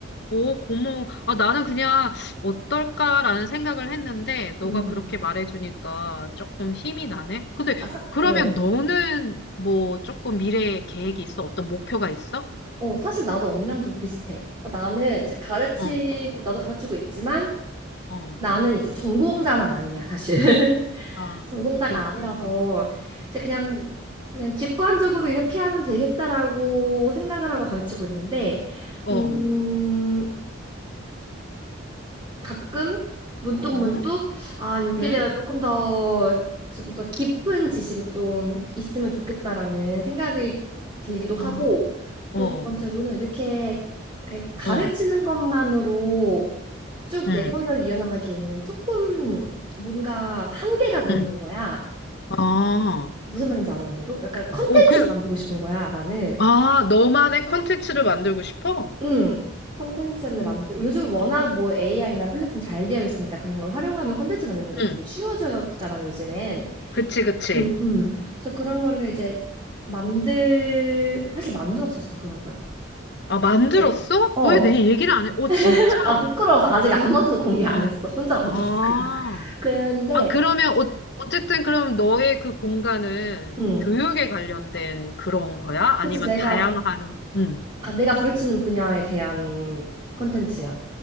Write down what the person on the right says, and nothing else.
음.
아, 사,
어.
어, 사실 나도 언니랑 좀 비슷해. 어, 나는 이제 가르치고,
나도 가르치고 있지만,
나는 이쪽 전공자는 아니야, 사실. <laughs>
전공자가
아니라서
이제 그냥 그냥 직관적으로 이렇게 하면 되겠다라고 생각을 하고 가르치고 있는데
음, 가끔 문득
문득 아, 여기에
대한 조금 더 좀 더 깊은 지식이 좀 있으면 좋겠다라는 생각이 들기도 하고
또 두 번째로는 이렇게 그냥 가르치는
것만으로 쭉
내 커리어를 이어나가기에는 조금 뭔가 한계가 보이는
거야.
무슨 말인지 알아, 언니도? 약간 컨텐츠를
만들고 싶은 거야, 나는.
응. 컨텐츠를
만들고 요즘 워낙 뭐 AI나 플랫폼 잘 되어 있으니까 그런 걸 활용하면 컨텐츠 만드는 거
되게
쉬워졌잖아, 요즘엔.
<clears throat> 음. 그래서 그런 거를 이제 만들 사실 만들었었어, 그런 걸.
근데 어,
<laughs> 아 부끄러워서 아직 아무한테도 공개 안
했어. 혼자 만들었어,
그냥. <laughs> 근데
음.
그치, 내가
아, 내가 가르치는 분야에 대한 콘텐츠야.